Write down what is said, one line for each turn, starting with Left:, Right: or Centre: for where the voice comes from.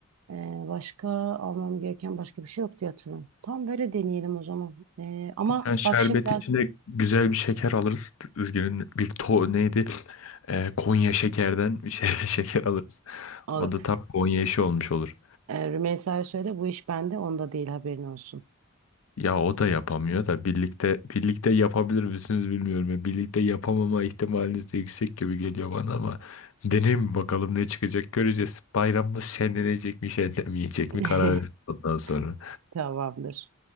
Right: Ee, başka almam gereken başka bir şey yok diye hatırlıyorum. Tam böyle deneyelim o zaman. Ee, ama
Left: Yani şerbet
Right: bak şimdi ders
Left: içinde güzel bir şeker alırız. Üzgünüm bir to neydi? Ee, Konya şekerden bir şey, <laughs> şeker alırız.
Right: alır.
Left: O da tam Konya işi olmuş olur.
Right: Ee, Rümeysa'ya söyle bu iş bende onda değil haberin olsun.
Left: Ya o da yapamıyor da birlikte birlikte yapabilir misiniz bilmiyorum. ya. birlikte yapamama ihtimaliniz de yüksek gibi geliyor bana ama deneyim mi bakalım ne çıkacak göreceğiz. Bayramımız şenlenecek mi şenlenmeyecek
Right: <laughs>
Left: mi karar veririz ondan sonra.
Right: Tamamdır.